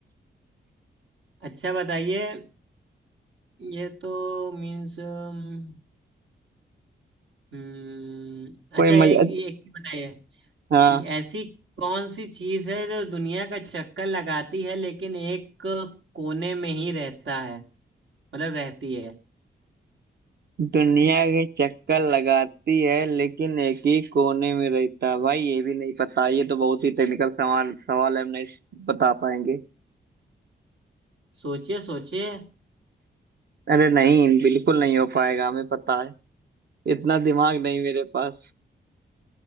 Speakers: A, on the right (about 80°); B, on the right (about 55°).
A: अच्छा बताइए ये तो मीन्स हम्म हम्म, अच्छा
B: कोई
A: एक
B: मजा
A: एक ही बताइए
B: हाँ
A: ये ऐसी कौन सी चीज है जो दुनिया का चक्कर लगाती है लेकिन एक कोने में ही रहता है मतलब रहती है
B: दुनिया के चक्कर लगाती है लेकिन एक ही कोने में रहता है। भाई ये भी नहीं पता ये तो बहुत ही टेक्निकल सवाल सवाल है हम नहीं बता पाएंगे
A: सोचिए सोचिए
B: अरे नहीं बिल्कुल नहीं हो पाएगा हमें पता है इतना दिमाग नहीं मेरे पास